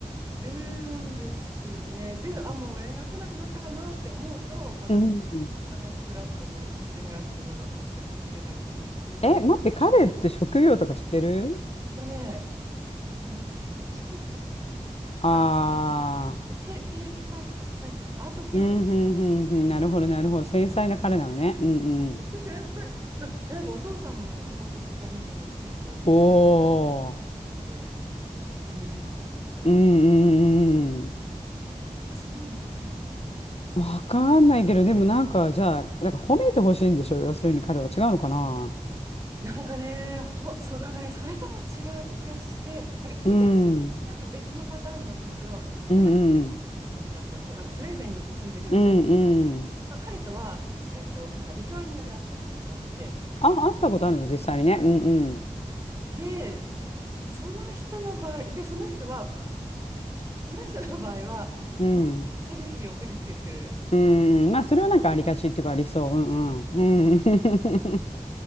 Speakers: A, on the right; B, on the left.
A: るんですよね。で、あ、もう連絡来なくなったかなって思うと、また
B: うん、うん。
A: なんかふらっとこう写真がダダダって送りつけられてきて、
B: え、待って、彼って職業とか知ってる
A: あとね、なん、建築、
B: ああ
A: あ、手、手、手作、手作業、アート系
B: ー、うん、うん、うん、うん、なるほど、なるほど。繊細な彼なのね。うん、うん。
A: <laughs> 天才。そう、なんかお父さんもなんか彫刻家みたいな結構す
B: おー、
A: ごい方で、なんか作品見せてもらったことがあるんです。
B: うん、うん、うん。うん
A: あ、そういうのも関係あるのかな。
B: わかんないけど、でもなんか、じゃあ、なんか褒めてほしいんでしょ要するに彼は違うのかな
A: なんかね、ほ、そう、なんかね、それとも違う気がして、なんか以前、
B: うん、うん、
A: なんか別のパターンなんですけど、それは
B: うん、
A: 人だったんですよ。なんかスウェーデンに住んでるウクライ
B: うん、うんうん。
A: ナ、まあ、彼とは、えっと、なんかリトアニアで会ったことがあって、
B: あ、会ったことあるの、実際にね。うん、うん、
A: で、その人の場合、で、その人は、その人の場合は、
B: うん。
A: まあ、セルフィーを送りつけてくる。
B: うん、うんまあ、それはなんかありがちっていうか、ありそう。うん、うん、うん、<laughs>